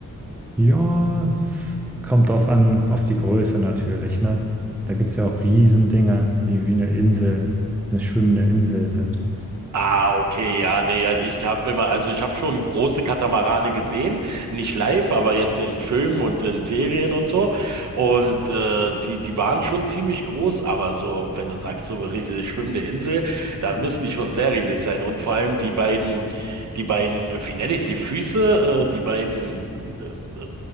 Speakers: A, in the centre; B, on the right (about 55°).
A: Ja, es kommt drauf an, auf die Größe natürlich, ne? Da gibt es ja auch Riesendinger, die wie eine Insel, eine schwimmende Insel sind.
B: Ah, okay, ja, nee, also ich habe immer, also ich habe schon große Katamarane gesehen, nicht live, aber jetzt in Filmen und in Serien und so. Und äh, die, die waren schon ziemlich groß, aber so, wenn du sagst, so eine riesig schwimmende Insel, da müssen die schon sehr riesig sein. Und vor allem die beiden, die beiden, wie nenne ich sie, Füße, äh, die beiden äh,